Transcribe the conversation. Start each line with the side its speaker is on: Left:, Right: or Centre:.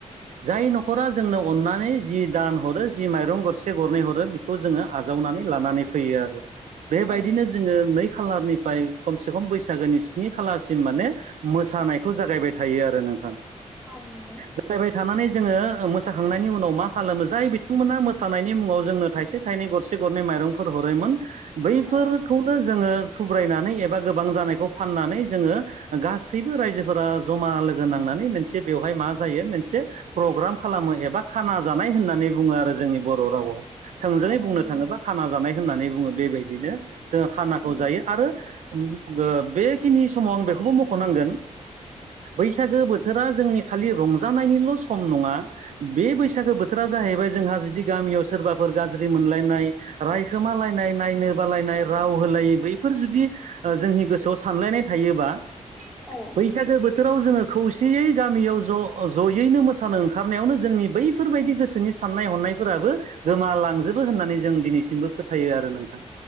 Right: जाय न'खरा जोंनो अननानै जि‌ दान हरो जि माइरं गरसे गरनै हरो बेखौ जोङो आजावनानै लानानै फैयो आरो। बेबायदिनो
Centre: औ
Right: जोङो नै खालारनिफ्राय खमसे खम बैसागोनि स्नि खालारसिम माने मोसानायखौ जागायबाय थायो आरो नोंथां‌।
Centre: औ नंगौ
Right: जागायबाय थानानै जोङो ओ मोसाखांनायनि उनाव मा खालामो जाय बिथांमोना मोसानायनि मुङाव जोंनो थाइसे थाइनै गरसे गरनै माइरंफोर हरोमोन। बैफोर
Centre: औ
Right: खौनो जोङो थुगब्रायनानै एबा गोबां जानायखौ फाननानै जोङो गासैबो रायजोफोरा जमा लोगो नांनानै मोनसे बेवहाय मा जायो मोनसे प्रग्राम खालामो एबा खाना जानाय होननानै बुङो आरो जोंनि बर' राव। थोंजोङै
Centre: औ
Right: बुंनो
Centre: नंगौ
Right: थाङोबा खाना जानाय। होननानै बुङो बेबायदिनो जोङो खानाखौ
Centre: औ
Right: जायो आरो। ओ बेखिनि समाव आं बेखौबो मख'नांगोन। बैसागो बोथोरा जोंनि खालि रंजानायनिल' सम नङा बे बैसागो बोथोरा जाहैबाय जोंहा जुदि गामियाव सोरबाफोर गाज्रि मोनलायनाय रायखोमालायनाय नायनो बालाय। नाय राव होलायै बैफोर जुदि जोंनि गोसोआव सानलायनाय थायोबा।
Centre: औ
Right: बैसागो बोथोराव जोङो। खौसेयै गामियाव ज' ज'यैनो मोसानो ओंखारनायावनो जोंनि बै बेफोरबायदि गोसोनि साननाय हनायफोराबो गोमालांजोबो होननानै जों दिनैसिमबो फोथायो आरो नोंथां।